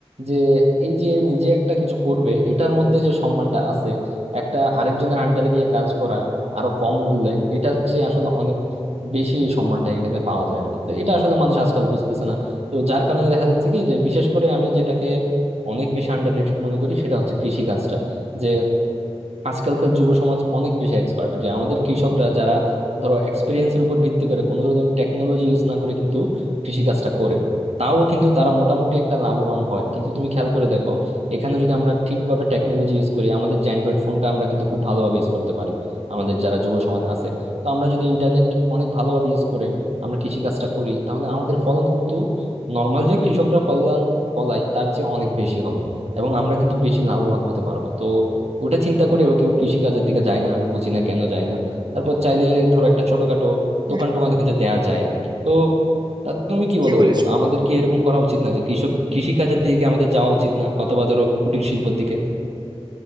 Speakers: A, on the right; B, on the right.
A: যে এই যে নিজে একটা কিছু করবে এটার মধ্যে যে সম্মানটা আছে একটা আরেকজনের আন্ডারে গিয়ে কাজ করা আরো কম মূল্যে এটা হচ্ছে আসলে অনেক বেশি সম্মানটা এখানে পাওয়া যায় আর কি তো এটা আসলে মানুষ আজকাল বুঝতেছে না তো যার কারণে দেখা যাচ্ছে কি যে বিশেষ করে আমি যেটাকে অনেক বেশি আন্ডাররেটেড মনে করি সেটা হচ্ছে কৃষি কাজটা যে আজকালকার যুব সমাজ অনেক বেশি এক্সপার্ট যে আমাদের কৃষকরা যারা ধরো এক্সপিরিয়েন্সের উপর ভিত্তি করে কোনো ধরনের টেকনোলজি ইউজ না করে কিন্তু কৃষিকাজটা করে তাও কিন্তু তারা মোটামুটি একটা লাভবান হয় কিন্তু তুমি খেয়াল করে দেখো এখানে যদি আমরা ঠিকভাবে টেকনোলজি ইউজ করি আমাদের যে অ্যান্ড্রয়েড ফোনটা আমরা কিন্তু খুব ভালোভাবে ইউজ করতে পারি আমাদের যারা যুব সমাজ আছে তো আমরা যদি ইন্টারনেট অনেক ভালোভাবে ইউজ করে আমরা কৃষিকাজটা করি তাহলে আমাদের ফলন কিন্তু নর্মাল যে কৃষকরা ফলন ফলায় তার চেয়ে অনেক বেশি হবে এবং আমরা কিন্তু বেশি লাভবান হতে পারবো তো ওটা চিন্তা করেও কেউ কৃষি কাজের দিকে যায় না আমি বুঝি না কেন যায় না তারপর চাইলে ধরো একটা ছোটখাটো
B: হ্যাঁ
A: দোকান টোকান কিন্তু দেয়া যায় আর কি তো আহ, তুমি কি বলো
B: ঠিক বলেছো
A: বন্ধু আমাদের কি এরকম করা উচিত না যে কৃষক কৃষি কাজের দিকে কি আমাদের যাওয়া উচিত না অথবা ধরো কুটির শিল্পের দিকে